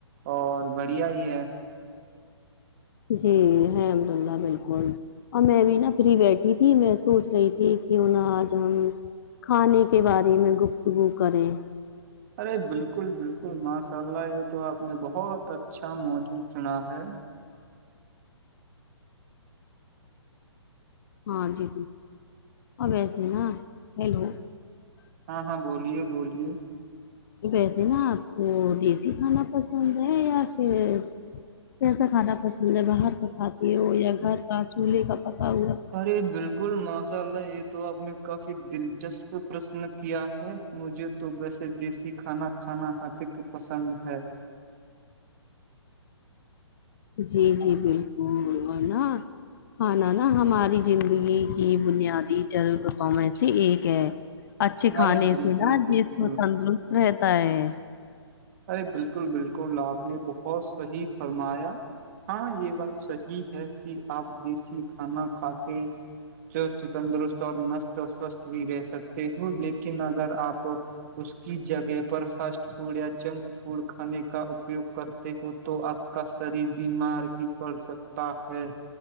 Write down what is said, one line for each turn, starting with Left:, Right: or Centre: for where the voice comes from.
Right: اور بڑھیا ہی ہے
Left: جی ہے الحمد اللہ بالکل اور میں بھی نا فری بیٹھی تھی میں سوچ رہی تھی کیوں نہا آج ہم کھانے کے بارے میں گفتگو کریں
Right: ارے بالکل بالکل ماشاء اللہ یہ تو آپ نے بہت اچھا موجود سنا ہے
Left: ہاں جی ا ویسے نا ہیلو
Right: ہاں ہاں بولیے بولیے
Left: ویسے نا آپ کو دیسی کھانا پسند ہے یا پھر کیسا کھانا پسند ہے باہر کا کھاتی ہو یا گھر کا چولہے کا پکا ہوا
Right: ارے بالکل ماشاء اللہ یہ تو آپ نے کافی دلچسپ پرشن کیا ہے مجھے تو ویسے دیسی کھانا کھانا ادھک پسند ہے
Left: جی جی بالکل بولوانا ہاںانانا ہماری زندگی کی بنیادی جل رقو سے ایک ہے اچھے کھانے
Right: ارے بالکل
Left: سے نا
Right: بالکل
Left: جس کو تندرست رہتا ہے
Right: ارے بالکل بالکل آ آپ نے بہت صحی فرمایا ہاں یہ بات صحی ہے کہ آپ دیسی کھانا کھا کے چست تندرست اور مست سوستھ بھی رہ سکتے ہ لیکن اگر آپ اس کی جگہ پر فرسٹ فوڈ یا جنک فوڈ کھانے کا اپیوگ کرتے ہو تو آپ کا شریر بیمار ہی پڑ سکتا تا ہے